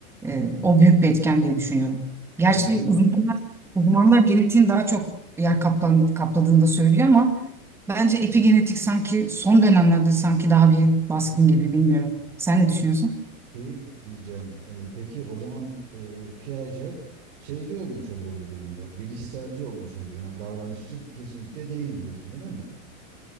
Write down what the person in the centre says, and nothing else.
e, o büyük bir etken diye düşünüyorum. Gerçi
uzmanlar, uzmanlar genetiğin daha çok yer kaplan, kapladığını da söylüyor ama Bence epigenetik sanki son dönemlerde sanki daha bir baskın gibi bilmiyorum. Sen ne düşünüyorsun?